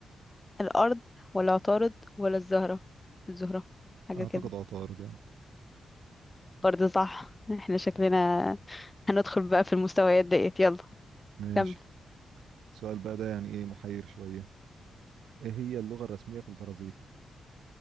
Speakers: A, on the left; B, on the right.
A: الارض ولا عطارد ولا الزهرة الزهرة حاجة
B: اعتقد
A: كده
B: عطارد يعني
A: برضه صح احنا شكلنا هندخل بقى في المستويات ديت يلا
B: ماشي
A: كمل
B: سؤال بقى ده يعني ايه محير شوية ايه هي اللغة الرسمية في البرازيل